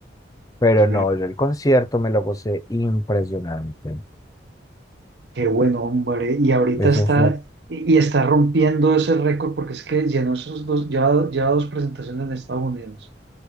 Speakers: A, on the left; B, on the right.
A: Pero
B: es bueno.
A: no, yo el concierto me lo gocé impresionante.
B: Qué buen hombre. Y ahorita
A: Eso
B: está,
A: fue.
B: y, y está rompiendo ese récord porque es que llenó esos dos, ya, ya dos presentaciones en Estados Unidos.